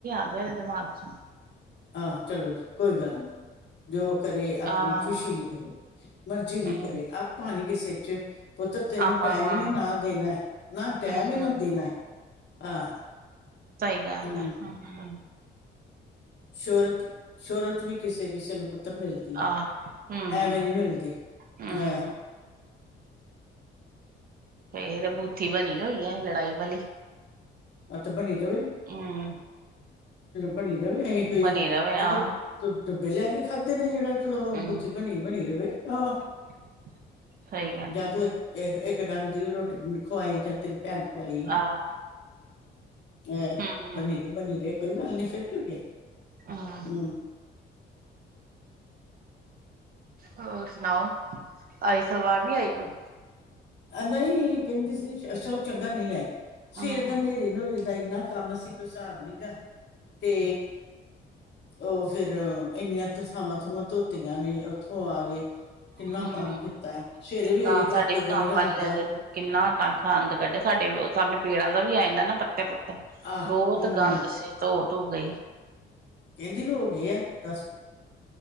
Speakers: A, on the right; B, on the left.
A: ਗਿਆ ਦਿਮਾਗ ਚ
B: ਹਾਂ ਚਲੋ ਕੋਈ ਗੱਲ ਨੀ ਜੋ ਕਰੇ ਆਪਣੀ
A: ਆਹ
B: ਖੁਸ਼ੀ ਲਈ ਕਰੇ ਮਰਜ਼ੀ ਲਈ
A: ਹਮ
B: ਕਰੇ ਆਪਾਂ ਨੀ ਕਿਸੇ ਚ ਪੁੱਤਰ ਤੈਨੂੰ
A: ਆਪਾਂ
B: ਟਾਈਮ
A: ਹਾਂ
B: ਨੀ ਨਾ ਦੇਣਾ ਹੈ ਨਾ ਟਾਈਮ
A: ਹਮ
B: ਹੀ ਨਾ ਦੇਣਾ ਹੈ ਹਾਂ
A: ਸਹੀ ਗੱਲ
B: ਹਮ
A: ਹੈ ਹੂੰ,
B: ਸ਼ੋਰਤ ਸ਼ੋਹਰਤ ਵੀ ਕਿਸੇ ਕਿਸੇ ਨੂੰ ਪਤਾ। ਮਿਲਦੀ ਹੈ
A: ਆਹ ਹਮ
B: ਐਵੇਂ ਨਹੀਂ ਮਿਲਦੀ
A: ਹਮ
B: ਹਹ
A: ਇਹ ਬੂਥ ਬਣੀ ਹੋਈ ਹੈ ਲੜਾਈ ਵਾਲੀ
B: ਅਤੇ ਬਣੀ ਰਵੇ
A: ਹਮ
B: ਬਣੀ ਰਵੇ ਅਸੀਂ ਕੋਈ
A: ਬਣੀ ਰਵੇ ਆਹ
B: ਤੂੰ ਡੱਬੇ ਲੈ ਕੇ ਖਾਧੇ ਨੇ ਜਿਹੜਾ ਤੂੰ
A: ਹਮ
B: ਬਥੀ ਬਣੀ ਬਣੀ ਰਹੇ ਹਾਂ
A: <unintelligible> ਸਹੀ ਗੱਲ
B: ਜਾਂ ਤੂੰ ਇੱਕ ਇੱਕ, ਡੰਗ ਦੀ ਵੀ ਰੋਟੀ ਖਵਾਈ ਜਾਂ ਤੇਰੀ ਭੈਣ ਖਵਾਈ
A: ਆਹ
B: ਹੈਹ
A: ਹਮ
B: ਬਣੀ ਤੇ ਬਣੀ ਰ ਕੋਈ ਗੱਲ ਨਹੀਂ ਫਿਰ ਕਿਉਕਿ ਹੂੰ,
A: ਹਮ ਹੋਰ ਸੁਣਾਓ? ਆਈ ਸਲਵਾਰ ਨੀ ਆਈ ਕੋਈ
B: ਨਹੀਂ ਕਹਿੰਦੀ ਸੀ ਅਛਾ ਚੰਗਾ ਨਹੀਂ ਆਈ
A: ਹਮ
B: ਸਵੇਰ ਦਾ ਨੇਰੇ ਦਾ ਇੰਨਾ ਕੰਮ ਅਸੀਂ ਕੁਈ ਸਾਬ ਨੀ ਸੀਗਾ ਤੇ ਉਹ ਫਿਰ ਫਿਰ ਇੰਨੀਆਂ ਤਥਾਵਾਂ ਥੂਵਾਂ ਧੋਤੀਆਂ ਨੇ ਉੱਥੋਂ ਆਗੇ ਕਿੰਨਾ
A: ਹਮ
B: ਕੰਮ ਕੀਤਾ ਸਵੇਰੇ ਵੀ
A: ਤਾਂ
B: ਅਜੇ
A: ਸਾਡੇ
B: ਕਰਕੇ
A: ਵੀ ਕੰਮ
B: ਗਈ ਰਾਤ
A: ਵਾਲੀ
B: ਦਾ
A: ਅੱਜ ਕਿੰਨਾ ਟਾਂਖਾ ਅੰਦ ਕੱਢੇ ਸਾਡੇ ਵੀ ਉਹ ਸਾਹਮਣੇ ਪੇੜ ਦਾ ਵੀ ਆ ਜਾਂਦਾ ਨਾ ਪੱਤੇ ਪੁੱਤੇ
B: ਆਹ
A: ਬਹੁਤ
B: ਹਮ
A: ਗੰਦ ਸੀ ਧੋ ਧੋ ਗਈ।
B: ਕਹਿੰਦੀ ਹੋ ਗਏ ਆ ਦੱਸ